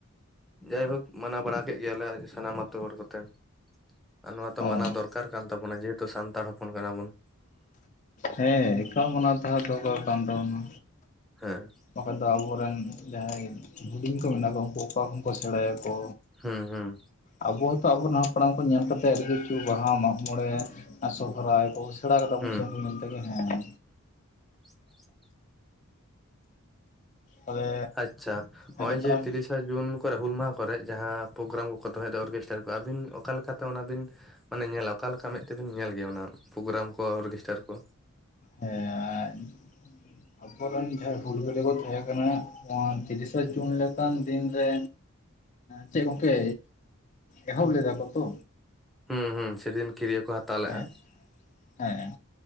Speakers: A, in the centre; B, on the left.
A: ᱡᱟᱭᱦᱩᱠ ᱢᱟᱱᱟᱣ ᱵᱟᱲᱟ ᱠᱮᱫ ᱜᱮᱭᱟᱞᱮ ᱥᱟᱱᱟᱢ ᱟᱹᱛᱩ ᱦᱚᱲ ᱠᱚᱛᱮ ᱟᱨ ᱱᱚᱣᱟ ᱛᱚ
B: ᱚ
A: ᱢᱟᱱᱟᱣ ᱫᱚᱨᱠᱟᱨᱼᱼ ᱠᱟᱱ ᱛᱟᱵᱚᱱᱟ ᱡᱮᱦᱩᱛᱩ ᱥᱟᱱᱛᱟᱲ ᱦᱚᱯᱚᱱ ᱠᱟᱱᱟ ᱵᱚᱱ
B: ᱦᱮᱸ ᱮᱠᱟᱞ ᱢᱟᱱᱟᱣ ᱛᱟᱸᱦᱮ ᱫᱚᱨᱠᱟᱨ ᱠᱟᱱ ᱛᱟᱵᱚᱱᱟ
A: ᱦᱮᱸᱻ
B: ᱵᱟᱠᱷᱟᱱ ᱫᱚ ᱟᱵᱚᱨᱮᱱ ᱡᱟᱦᱟᱸᱭ ᱦᱩᱰᱤᱧ ᱠᱚ ᱢᱮᱱᱟᱜ ᱠᱭᱟᱚ ᱩᱱᱠᱩ ᱚᱠᱟ ᱠᱷᱚᱱ ᱠᱚ ᱥᱮᱬᱟᱭᱟᱠᱚ
A: ᱦᱩᱸ-ᱦᱩᱸ
B: ᱟᱵᱚ ᱦᱚᱸᱛᱚ ᱟᱵᱚᱨᱮᱱ ᱦᱟᱯᱲᱟᱢ ᱠᱚ ᱧᱮᱞ ᱠᱟᱛᱮ ᱜᱮᱼᱼ ᱵᱟᱦᱟ, ᱢᱟᱜ ᱢᱚᱬᱮ ᱟᱨ ᱥᱚᱦᱨᱟᱭ ᱠᱚ ᱠᱚ ᱥᱮᱬᱟ ᱠᱟᱫᱟᱵᱚᱱ
A: ᱦᱩᱸ
B: ᱥᱮ ᱩᱱᱠᱩ ᱧᱮᱞ ᱛᱮᱜᱮ ᱦᱮᱸ
A: ᱪᱮᱫ ᱦᱚᱸ ᱵᱟᱝ ᱟᱸᱡᱚᱢᱚᱜ ᱠᱟᱱᱟ
B: ᱛᱚᱵᱮ
A: ᱟᱪᱷᱟ ᱱᱚᱜᱼᱚᱭ
B: ᱦᱮᱸ ᱞᱟᱹᱭ ᱛᱟᱞᱟᱝ
A: ᱡᱮ ᱛᱤᱨᱤᱥᱼᱼ ᱥᱟ ᱡᱩᱱ ᱠᱚᱨᱮ ᱦᱩᱞ ᱢᱟᱦᱟ ᱠᱚᱨᱮ ᱡᱟᱦᱟᱸ ᱯᱨᱳᱜᱨᱟᱢ ᱠᱚᱠᱚ ᱫᱚᱦᱚᱭᱮᱫᱟ ᱚᱨᱜᱮᱥᱴᱟᱨ ᱠᱚ ᱟᱹᱵᱤᱱ ᱚᱠᱟ ᱞᱮᱠᱟᱛᱮ ᱚᱱᱟᱵᱤᱱᱼᱼ ᱢᱟᱱᱮ ᱧᱮᱞᱟ ᱚᱠᱟᱞᱮᱠᱟ ᱢᱮᱫ ᱛᱮᱵᱤᱱ ᱧᱮᱞ ᱜᱮᱭᱟ ᱚᱱᱟ ᱯᱨᱳᱜᱨᱟᱢ ᱠᱚ ᱚᱨᱜᱮᱥᱴᱟᱨ ᱠᱚ
B: ᱦᱮᱸ ᱟᱵᱚᱨᱮᱱ ᱡᱟᱦᱟᱸᱭ ᱦᱩᱞᱜᱟᱹᱨᱤᱭᱟᱹ ᱠᱚ ᱛᱟᱦᱮᱸ ᱠᱟᱱᱟ ᱱᱚᱣᱟ ᱛᱤᱨᱤᱥᱟ ᱡᱩᱱ ᱞᱮᱠᱟᱱ ᱫᱤᱱᱨᱮᱼᱼ ᱪᱮᱫ ᱜᱚᱝᱠᱮ ᱮᱦᱚᱵ ᱞᱮᱫᱟ ᱠᱚ ᱛᱚ
A: ᱦᱩᱸ-ᱦᱩᱸ ᱥᱮᱫᱤᱱ ᱠᱤᱨᱭᱟᱹ ᱠᱚ ᱦᱟᱛᱟᱣ ᱞᱮᱫᱼᱟ᱾
B: ᱦᱮᱸ ᱦᱮᱸ